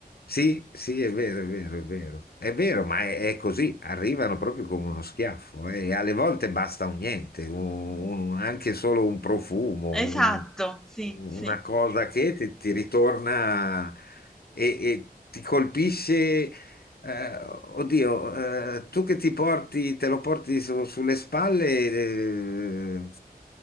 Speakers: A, on the left; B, in the centre.
A: Sì, sì, è vero, è vero, è vero. È vero, ma è, è così, arrivano proprio come uno schiaffo eh, e alle volte basta un niente, un- un- anche solo un profumo,
B: Esatto,
A: un-
B: sì,
A: una
B: sì.
A: cosa che ti, ti ritorna e, e ti colpisce eh, oddio, eh, tu che ti porti, te lo porti su- sulle spalle, eh,